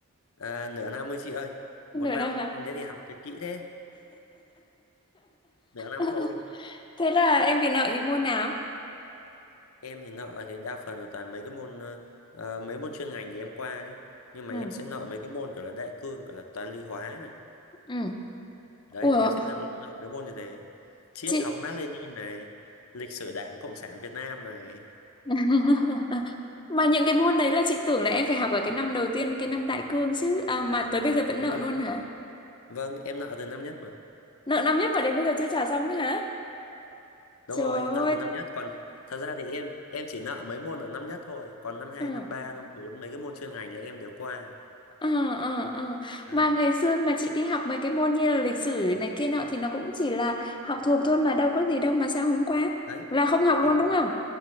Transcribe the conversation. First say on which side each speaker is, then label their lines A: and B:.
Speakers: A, on the left; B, on the left.
A: à, nửa năm thôi chị ơi
B: Nửa
A: một năm
B: năm hả?
A: thế thì học thì kỹ thế nửa năm
B: <laughs>
A: thôi
B: Thế là em bị nợ những môn nào?
A: em thì nợ thì đa phần là toàn mấy cái môn ờ, ờ, mấy môn chuyên ngành thì em qua chứ nhưng
B: ừ
A: mà em sẽ nợ mấy cái môn kiểu là đại cương kiểu là toán lý hóa này
B: ừ
A: đấy
B: ủa
A: là em sẽ lựa lựa mấy môn như thế triết
B: Chị
A: học Mác Lênin này lịch sử Đảng Cộng sản Việt Nam này
B: <laughs> mà những cái môn đấy là chị tưởng là em phải học ở cái năm đầu tiên, cái năm đại cương chứ à, mà tới bây giờ vẫn
A: đúng
B: nợ
A: rồi
B: luôn hả?
A: vâng em nợ từ năm nhất mà
B: Nợ năm nhất mà đến bây giờ chưa trả xong nữa hả?
A: đúng
B: Trời
A: rồi nợ
B: ơi.
A: từ năm nhất còn thật ra thì em em chỉ nợ mấy môn ở năm nhất thôi còn năm hai
B: Ừ.
A: năm ba năm bốn mấy cái môn chuyên ngành là em đều qua
B: Ờ, ờ, ờ.
A: đấy
B: Mà ngày xưa mà chị đi học mấy cái môn như là lịch sử này kia nọ thì nó cũng chỉ là học thuộc thôi mà đâu có gì đâu mà sao hôm qua
A: đấy
B: là không học
A: học
B: luôn đúng không?